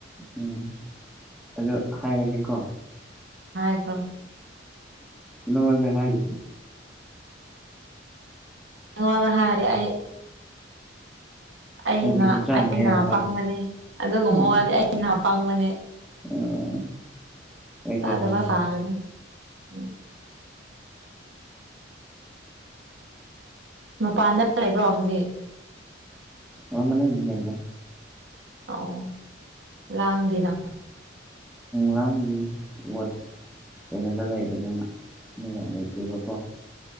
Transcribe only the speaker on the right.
ꯍꯥꯏꯈ꯭ꯔꯣ
ꯑꯩꯉꯣꯟꯅ ꯍꯥꯏꯔꯗ ꯑꯩ ꯑꯩꯅ
ꯅꯥ ꯑꯩ
ꯅꯥ ꯄꯪꯕꯅꯤ ꯑꯗꯨꯒꯨꯝꯕ
ꯋꯥꯗꯤ ꯑꯩ ꯅꯥ ꯄꯪꯕꯅꯤ
ꯇꯥꯗꯕ
ꯁꯒꯅꯤ ꯎꯝ ꯃꯄꯥꯟꯗ ꯂꯩꯕ꯭ꯔꯣ ꯍꯧꯖꯤꯛ
ꯑꯥꯎ ꯂꯥꯡꯗꯦꯅ